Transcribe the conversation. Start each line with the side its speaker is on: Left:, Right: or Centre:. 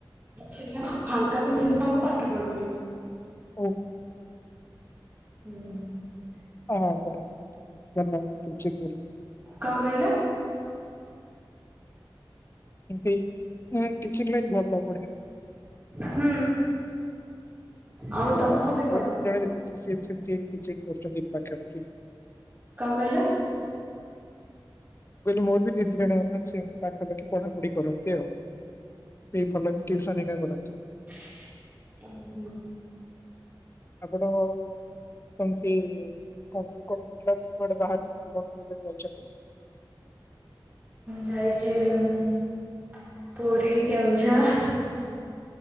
Right: କିଛି ନା ଫାଙ୍କା ତ ତାଙ୍କୁ ପାଠ ପଢୁବି
Left: ଓ
Right: ହୁଁ
Left: ହଁ ପଢ଼ନ୍ତୁ <unintelligible>
Right: କଣ କହିଲ?
Left: ଏମତି ଟିଚିଂ ଲାଇନ୍ ଭଲ ବଢିଆ
Right: ହୁଁ ଆଉ
Left: ଅ
Right: ତମ ହବି
Left: ମୋର
Right: କଣ?
Left: ବି ଜଣେ ଦିଦି ସିଏ ବି ସେମତି ଟିଚିଂ କରୁଛନ୍ତି ପାଖାପାଖି
Right: କଣ କହିଲ?
Left: କହିଲେ ମୋର ବି ଦିଦି ଜଣ ଅଛନ୍ତି ସେମିତି ପାଖାପାଖି ପଢ଼ାପଢି କରନ୍ତି ଆଉ ସେଇ ଭଲ ଟିଉସନ ହାରିକା କରନ୍ତି।
Right: ହ <inaudible>
Left: ଆପଣ ଆଉ କେମିତି କଣ୍ଟ୍ରି କୁଆଡ଼େ ବୁଲାବୁଲି କୁଆଡେ ବାହାରେ କେମିତି କଣ କୋରେ ଯାଇଛନ୍ତି।
Right: ଯାଇଛି ହିଁ ପୁରୀ, କେଉଝର